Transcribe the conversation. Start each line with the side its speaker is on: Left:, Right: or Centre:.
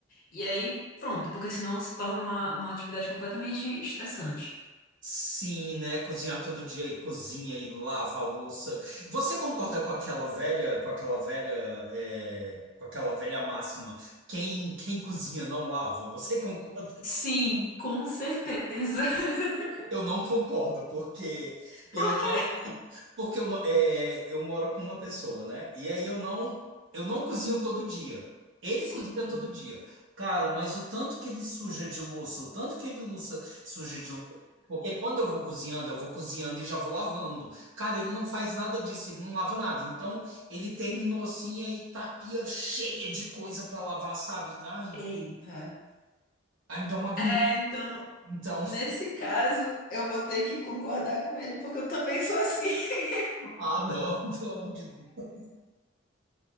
Left: e aí pronto, porque senão se torna uma, uma atividade completamente estressante.
Right: Sim, né? Cozinhar todo dia e cozinha e lava a louça. Você concorda com aquela velha, com aquela velha, é, com aquela velha máxima? Quem, quem cozinha não lava. Você <laughs> concorda
Left: Sim,
Right: com...
Left: com certeza. <laughs>
Right: Eu não concordo, porque eu
Left: Porque
Right: não. Porque eu, não- é, eu moro com uma pessoa, né? E aí eu não, eu não cozinho todo dia. Ele
Left: sim.
Right: cozinha todo dia. Cara, mas o tanto que ele suja de louça, o tanto que ele louça, suja de louça. Porque quando eu vou cozinhando, eu vou cozinhando e já vou lavando. Cara, ele não faz nada disso, ele não lava nada. Então, ele terminou assim, e aí tá a pia cheia de coisa pra lavar, sabe? Ai,
Left: Eita.
Right: ai, me dá uma agonia.
Left: É, então,
Right: Então,
Left: Nesse
Right: <laughs>
Left: caso, eu vou ter que concordar com ele, porque eu também sou assim. <laughs>
Right: ah, não, <laughs> pelo amor de Deus.